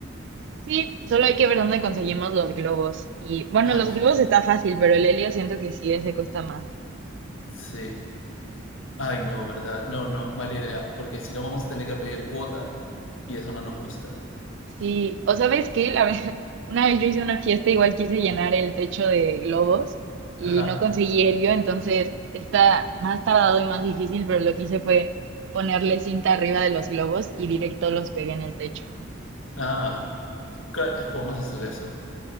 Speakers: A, on the right; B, on the left.
A: sí, solo hay que ver dónde conseguimos los globos. Y bueno,
B: ay,
A: los
B: sí,
A: globos está fácil, pero el helio siento que sí, ese cuesta más.
B: sí. Ay, no, ¿verdad? No, no, mala idea, porque si no vamos a tener que pedir cuota y eso no nos gusta.
A: Sí, o sabes qué, la vez, <laughs> una vez yo hice una fiesta, igual quise llenar el techo de globos y
B: Ajá.
A: no conseguí helio, entonces está más tardado y más difícil, pero lo que hice fue ponerle cinta arriba de los globos y directo los pegué en el techo.
B: Ah, cla podemos hacer eso.